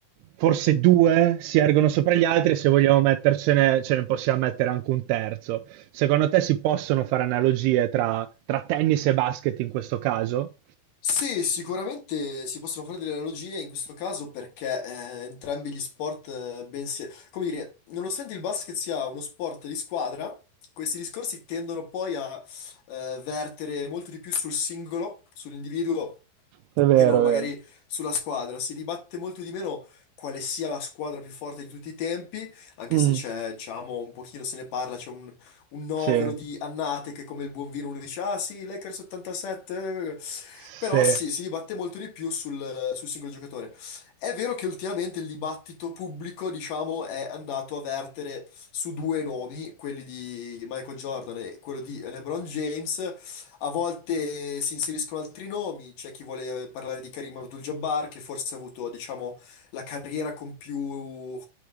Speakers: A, on the right; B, on the left.
A: forse due si ergono sopra gli altri e se vogliamo mettercene, ce ne possiamo mettere anche un terzo. Secondo te si possono fare analogie tra, tra tennis e basket in questo caso?
B: Sì, sicuramente si possono fare delle analogie in questo caso perché eh, entrambi gli sport, eh, ben si- come dire, nonostante il basket sia uno sport di squadra, questi discorsi tendono poi a eh, vertere molto di più sul singolo, sull'individuo
A: È vero,
B: e non magari
A: è vero.
B: sulla squadra. Si dibatte molto di meno quale sia la squadra più forte di tutti i tempi, anche
A: Mm.
B: se c'è, diciamo, un pochino se ne parla, c'è un, un novero
A: Sì,
B: di annate che come il buon vino uno dice, ah sì, Lakers 87, eh".
A: sì.
B: però sì, si dibatte molto di più sul, sul singolo giocatore. È vero che ultimamente il dibattito pubblico, diciamo, è andato a vertere su due nomi, quelli di Michael Jordan e quello di LeBron James, a volte si inseriscono altri nomi, c'è chi vuole parlare di Karim Abdul-Jabbar, che forse ha avuto, diciamo, la carriera con più,